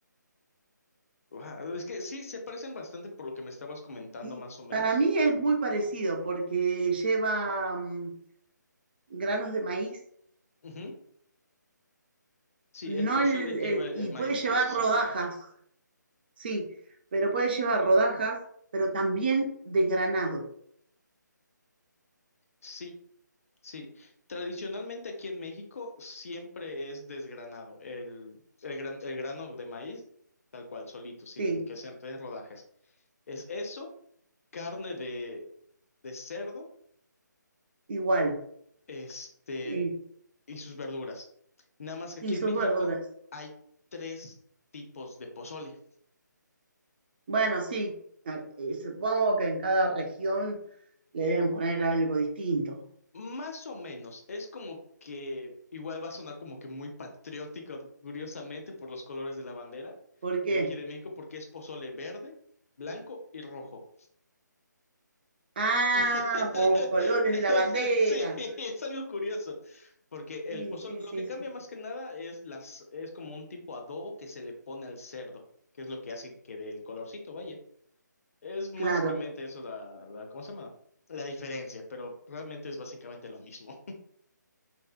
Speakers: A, on the left (about 45°); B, on the right (about 30°).
A: Guau, es que sí, se parecen bastante por lo que me estabas comentando
B: Y
A: más o menos.
B: para mí es muy parecido porque lleva mm, granos de maíz,
A: Ujú. Sí,
B: no
A: el pozole
B: el,
A: lleva
B: el-
A: el,
B: y
A: el maíz
B: puede llevar
A: gruesecito.
B: rodajas, sí, pero puede llevar rodajas, pero también desgranado,
A: Sí, sí. Tradicionalmente aquí en México siempre es desgranado, el, el, gran- el grano de maíz tal cual, solito, sin
B: sí,
A: que se en rodajes. Es eso, carne de de cerdo
B: igual,
A: este,
B: sí,
A: y sus verduras. Nada más que
B: y
A: aquí
B: sus
A: en México
B: verduras.
A: hay tres tipos de pozole.
B: Bueno, sí, a- eh, supongo que en cada región le deben poner algo distinto.
A: Más o menos, es como que igual va a sonar como que muy patriótico, curiosamente, por los colores de la bandera
B: ¿Por qué?
A: de aquí de México, porque es pozole verde, blanco y rojo.
B: Ah,
A: <laughs>
B: por los colores de la bandera.
A: Sí, es algo curioso, porque el
B: Sí,
A: pozole,
B: sí,
A: lo
B: sí,
A: que cambia
B: sí,
A: más
B: sí.
A: que nada es las, es como un tipo adobo que se le pone al cerdo, que es lo que hace que dé el colorcito, vaya. Es básicamente
B: Claro,
A: eso la, la, ¿cómo se llama? La diferencia, pero realmente es básicamente lo mismo.